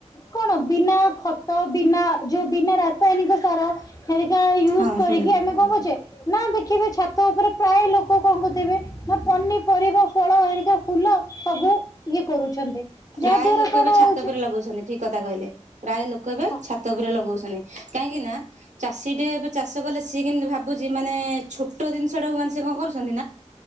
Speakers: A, on the left; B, on the right.
A: କଣ ବିନା ଖତ ବିନା ଯୋଉ ବିନା ରାସାୟନିକ ସାର ସେରିକା ୟୁଜ୍
B: ହଁ
A: କରିକି
B: ହୁଁ
A: ଆମେ କଣ କରୁଛେ ନା ଦେଖିବେ ଛାତ ଉପରେ ପ୍ରାୟ ଲୋକ କଣ କରୁଥିବେ ନା ପନିପରିବା ଫଳ ଆରିକା ଫୁଲ ସବୁ ଇଏ କରୁଛନ୍ତି।
B: ପ୍ରାୟ
A: ଯାହା ଦ୍ଵାରା
B: ଲୋକ
A: କଣ
B: ଏବେ ଛାତ
A: ହଉଛି
B: ଉପରେ ଲଗଉଛନ୍ତି ଠିକ କଥା କହିଲେ ପ୍ରାୟ ଲୋକ ଏବେ
A: ହଁ
B: ଛାତ ଉପରେ ଲଗଉଛନ୍ତି। କାହିଁକି ନା ଚାଷୀ ଟେ ଏବେ ଚାଷ କଲେ ସିଏ କେମିତି ଭାବୁଛି ମାନେ ଛୋଟ ଜିନିଷ ଟାକୁ ମାନେ ସେ କଣ କରୁ <unintelligible> ଏ